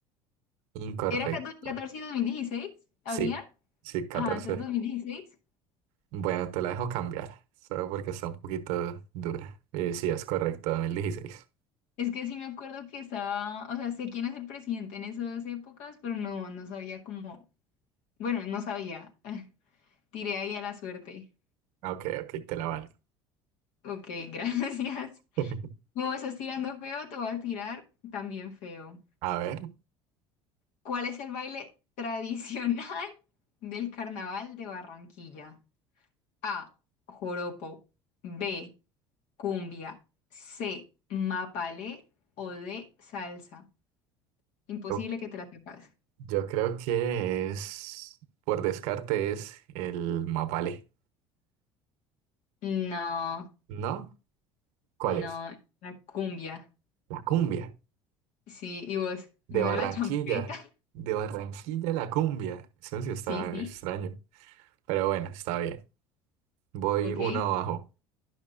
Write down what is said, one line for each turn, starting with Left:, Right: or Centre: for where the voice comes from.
Right: Incorrecto.
Left: ¿Era ca- 2014 y dos mil dieciséis
Right: Sí,
Left: ¿Había?
Right: sí, 14.
Left: Ah, entonces dos mil dieciséis
Right: Bueno, te la dejo cambiar, solo porque está un poquito dura. Eh, sí, es correcto, 2016.
Left: Es que sí me acuerdo que estaba, o sea, sé quién es el presidente en esas épocas, pero no, no sabía cómo. Bueno, no sabía. <laughs> Tiré ahí a la suerte.
Right: Ok, ok, te la valgo.
Left: Ok, <laughs> gracias.
Right: <laughs>
Left: Como estás tirando feo, te voy a tirar también feo.
Right: A ver,
Left: ¿Cuál es el baile tradicional <laughs> del carnaval de Barranquilla? A. Joropo. B. Cumbia. C. Mapalé o D. Salsa. Imposible
Right: yo,
Left: que te la sepas.
Right: yo creo que es, por descarte, es el mapale.
Left: No,
Right: ¿No? ¿Cuál
Left: no,
Right: es?
Left: la cumbia.
Right: La cumbia.
Left: Sí, y vos,
Right: De
Left: no
Right: Barranquilla,
Left: era la champeta. <laughs>
Right: de Barranquilla a la cumbia. Eso sí está
Left: Sí, sí,
Right: extraño. Pero bueno, está bien. Voy
Left: ok,
Right: uno abajo.